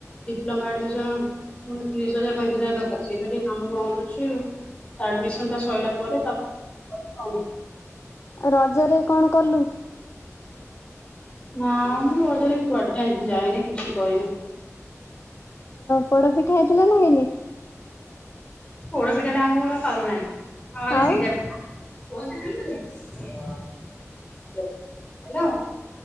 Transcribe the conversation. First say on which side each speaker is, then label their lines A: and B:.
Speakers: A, on the left; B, on the left.
A: ଲୋମା ଆଡମିଶନ୍ ପୁଣି ତିରିଶି ହଜାର ପଇଁତିରିଶି ହଜାର ଦରକାର। ସେଇଥିପାଇଁ ଟିକେ କାମ ବନ୍ଦ ଅଛି ତା ଆଡମିଶନ୍ ଟା ସରିଲା ପରେ ତାପ କରିବୁ ଆଉ।
B: ରଜରେ କଣ କଲୁ?
A: ନା ମୁଁ ରଜରେ କୁଆଡେ ଯାଇନି କିଛି କରିନି।
B: ପୋଡ଼ପିଠା ହେଇଥିଲା ନା ହେଇନି?
A: ପୋଡ଼ପିଠା ହେଲେ ଆମ ଘରେ କରୁନାହାନ୍ତି । ହଁ ଏଇ
B: ଆଉ
A: ସିଜା ପିଠା । ହ୍ୟାଲୋ,